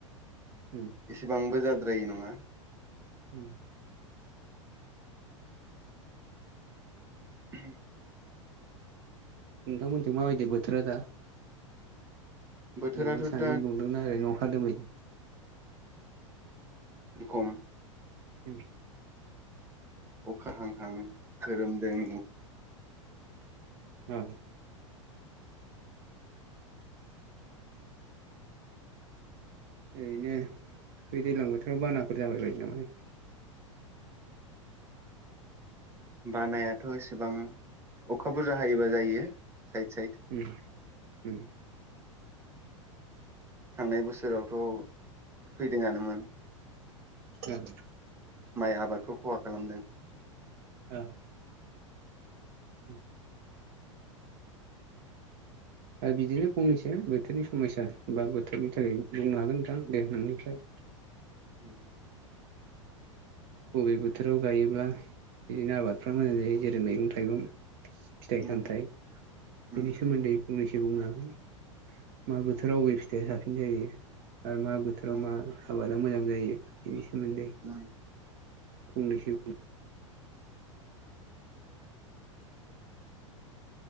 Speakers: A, on the right; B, on the right.
A: उम
B: इसेबांबो जाद्रायै नङा
A: उम
B: <inaudible>
A: नोंथांमोननिथिं माबायदि बोथोरा दा
B: बोथोराथ'
A: ओरैनो सानदुं
B: दा
A: दुंदोंना ओरैनो अखा दोमैदों
B: <unintelligible>
A: उम
B: अखा हां हां खोरोमदों
A: अ ओरैनो बे दैज्लां बोथोराव बानाफोर जाबाय बायो नामा
B: बानायाथ एसेबां अखा बुरजा हायोबा जायो साइद साइद
A: उम उम
B: थांनाय बोसोरावथ फैदोंङानोमोन
A: ओं
B: माइ आबादखौ खहा खालामदों।
A: औ। <inaudible> आरो बिदिनो फंनैसो बोथोरनि समयया बा बोथोरनि थाखाय बुंनो हागोन नोंथां दे नोंनिफ्राय
B: उ <inaudible>
A: बबे बोथोराव गायोब्ला बिदिनो आबादफ्रा मोजां जायो जेरै मैगं- थाइगं फिथाइ
B: उम
A: सामथाइ बेनि
B: उम
A: सोमोन्दै फंनैसो बुंनो हागोन। मा बोथोराव बबे फिथाइया साबसिन जायो आरो मा बोथोराव
B: उम
A: मा आबादा मोजां जायो बेनि सोमोन्दै
B: <unintelligible>
A: फंनैसो